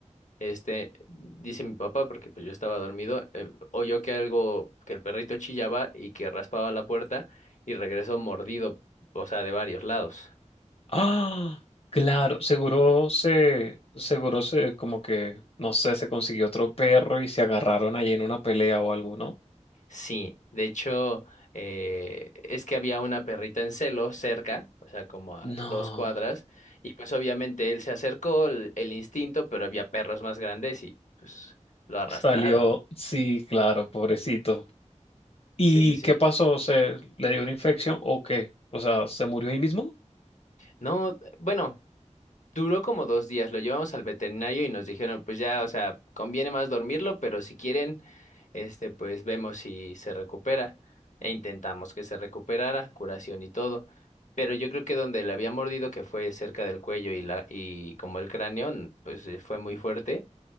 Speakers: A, on the left (about 80°); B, on the left (about 50°).
A: este, dice mi papá, porque pues yo estaba dormido, eh, oyó que algo, que el perrito chillaba y que raspaba la puerta y regresó mordido, o sea, de varios lados.
B: Ah, claro, seguro se, seguro se, como que, no sé, se consiguió otro perro y se agarraron ahí en una pelea o algo, ¿no?
A: Sí, de hecho, eh, es que había una perrita en celo cerca, o sea, como a
B: No,
A: dos cuadras, y pues obviamente él se acercó, el, el instinto, pero había perros más grandes y pues lo arrastraron.
B: salió, sí, claro, pobrecito. ¿Y
A: Sí, sí, sí.
B: qué pasó? ¿Se le dio una infección o qué? O sea, ¿se murió ahí mismo?
A: No, bueno. Duró como dos días, lo llevamos al veterinario y nos dijeron, pues ya, o sea, conviene más dormirlo, pero si quieren, este, pues vemos si se recupera. E intentamos que se recuperara, curación y todo. Pero yo creo que donde le había mordido, que fue cerca del cuello y la, y como el cráneo, n- pues eh, fue muy fuerte.